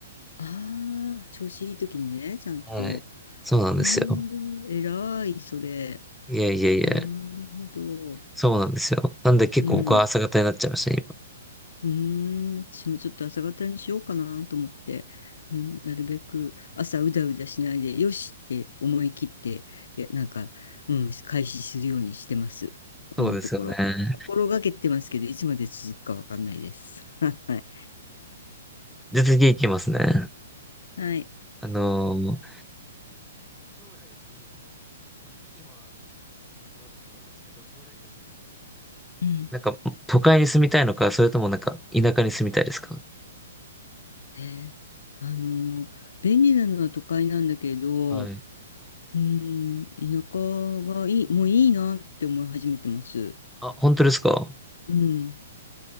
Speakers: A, on the left; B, in the centre.
A: ああ、調子いい時にね、ちゃんと。
B: はい。そうなんですよ。
A: へえ、偉い、それ。
B: いやいやいや、
A: なるほど。
B: そうなんですよ。なんで結構僕は朝方になっちゃいましたね、
A: うん。
B: 今。
A: うーん、私もちょっと朝方にしようかなと思って、うん、なるべく朝うだうだしないで、よしって思い切って、いや、なんか、うん、開始するようにしてます。このところ。
B: そうですよね。
A: 心がけてますけど、いつまで続くかわかんないです。<laughs> はい。
B: じゃあ次行きますね。
A: はい。
B: あの
A: うん。
B: なんか、都会に住みたいのか、それともなんか、田舎に住みたいですか
A: えーあのー、便利なのは都会なんだけど、
B: はい。
A: うん、田舎がいい、もういいなって思い始めてます。
B: あ、本当ですか
A: うん。